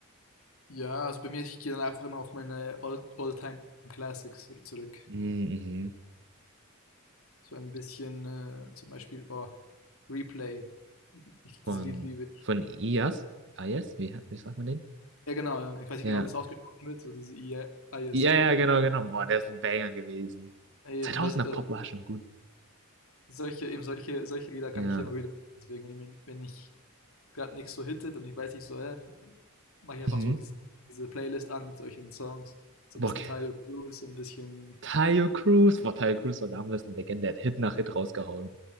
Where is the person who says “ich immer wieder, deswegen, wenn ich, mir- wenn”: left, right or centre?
Left